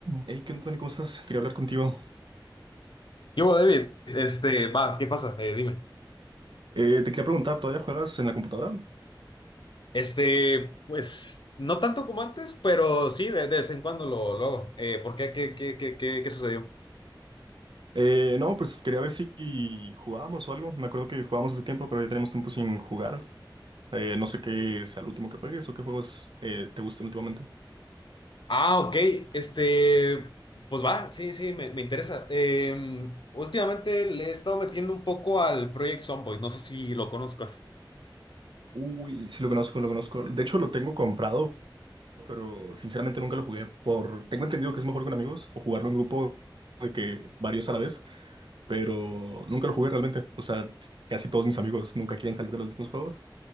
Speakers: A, on the right; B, on the left.
A: Hey, ¿qué onda, Tony? ¿Cómo estás? Quería hablar contigo.
B: Yo, David, este, va, ¿qué pasa? Eh, dime.
A: Eh, te quería preguntar, ¿todavía juegas en la computadora?
B: Este, pues, no tanto como antes, pero sí, de, de vez en cuando lo, lo hago. Eh, ¿por qué? ¿Qué, qué, qué, qué, qué sucedió?
A: Eh, no, pues quería ver si jugábamos o algo. Me acuerdo que jugábamos hace tiempo, pero ya tenemos tiempo sin jugar. Eh, no sé qué sea el último que juegues o qué juegos eh, te gustan últimamente.
B: Ah, ok, este, pues va, sí, sí, me, me interesa. Eh, últimamente le he estado metiendo un poco al Project Zomboid, no sé si lo conozcas.
A: Uy, sí lo conozco, lo conozco. De hecho, lo tengo comprado. pero sinceramente nunca lo jugué. Por, tengo entendido que es mejor con amigos o jugarlo en grupo de que varios a la vez, pero nunca lo jugué realmente. O sea, casi todos mis amigos nunca quieren salir de los mismos juegos